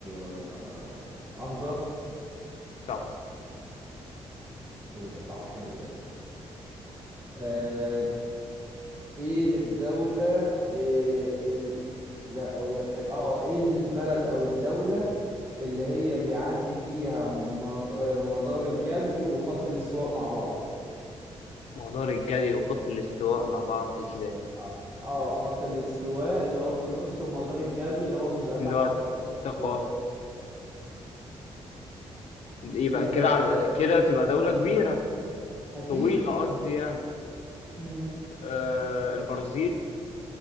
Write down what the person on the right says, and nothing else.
آه، اخضر
ايه ده صح حلو ده ايه الدولة إيه ال... لا اقول لك حاجة اه ايه البلد او الدولة اللي هي بيعدي فيها مد... آه، مدار الجدي وخط الاستواء مع بعض
اه آه، خط الاستواء اللي هو في النص ومدار الجدي اللي هو بيبقى
تحت
خط الاستواء
ايه الدولة
اكيد
مم.